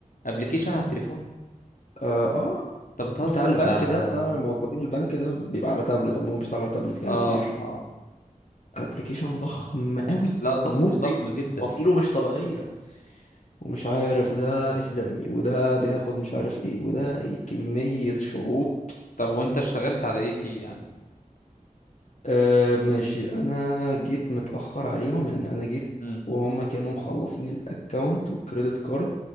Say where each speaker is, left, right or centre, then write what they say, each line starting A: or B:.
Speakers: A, on the left; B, on the left.
A: ابليكيشن على التليفون
B: اه آه،
A: انت بتهزر
B: بتاع البنك
A: ده
B: ده
A: ده
B: بتاع موظفين البنك ده بيبقى على تابلت عموما مش على تابلت يعني
A: اه
B: كبير
A: اه
B: ابليكيشن ضخم قوي
A: لا ضخم
B: مزعج
A: ضخم جدا
B: اصيله مش طبيعيه ومش عارف ده اسلامي وده بياخد مش عارف ايه وده إيه كمية شروط
A: طب وانت اشتغلت على ايه فيه يعني
B: آه ماشي انا جيت متأخر عليهم يعني انا جيت
A: امم
B: وهم كانوا مخلصين الاكونت والكريدت كارد